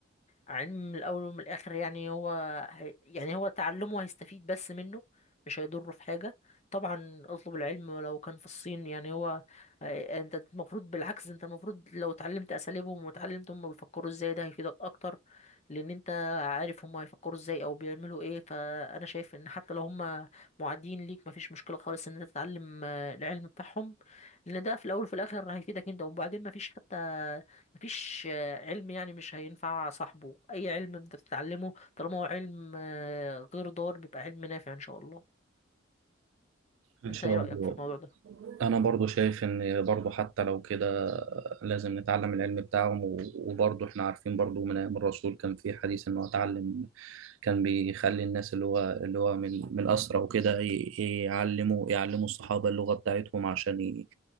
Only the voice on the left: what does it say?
علم الاول ومن الاخر يعني هو هي- يعني هو تعلمه هيستفيد بس منه مش هيضره في حاجه طبعا اطلب العلم ولو كان في الصين يعني هو آه، انت المفروض بالعكس انت المفروض لو اتعلمت اساليبهم واتعلمت هم بيفكروا ازاي ده هيفيدك اكتر لان انت عارف هم هيفكروا ازاي او بيعملوا ايه فانا شايف ان حتى لو هم معادين ليك مفيش مشكلة خالص ان انت تتعلم العلم بتاعهم لان ده في الاول وفي الاخر هيفيدك انت وبعدين مفيش حتى مفيش آه، علم يعني مش هينفع صاحبه اي علم انت بتتعلمه طالما هو علم آه، غير ضار بيبقى علم نافع ان شاء الله
انت
ايه
رأيك في الموضوع ده